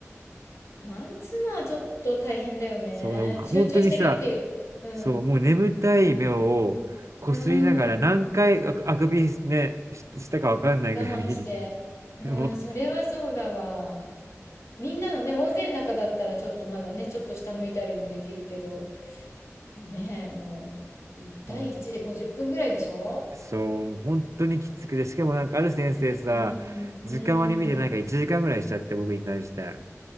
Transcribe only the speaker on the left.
マンツーマンはちょっと大変だよね。
集中してるっていう。うん。
うーん。
我慢して。
うん、
それはそうだわ。みんなのね、大勢の中だったらちょっとまだね、ちょっと下向いたりもできるけど。ねえ、もう、1対1で50分ぐらいでしょ
うーん、
うーん。